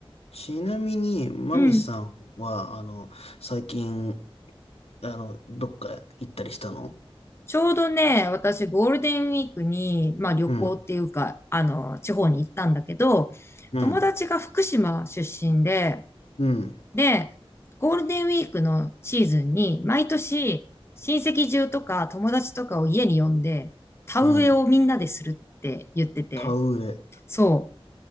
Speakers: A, on the left; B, on the left.
A: ちなみに、マミさんは、
B: うん。
A: あの、最近、あの、どっか行ったりしたの
B: ちょうどね、私ゴールデンウィークに、まあ旅行っていうか、
A: うん、
B: あの、地方に行ったんだけど、
A: うん、
B: 友達が福島出身で、
A: うん、
B: で、ゴールデンウィークのシーズンに、毎年親戚中とか友達とかを家に呼んで、田植えをみんなでするって言ってて、
A: うん。田植え。
B: そ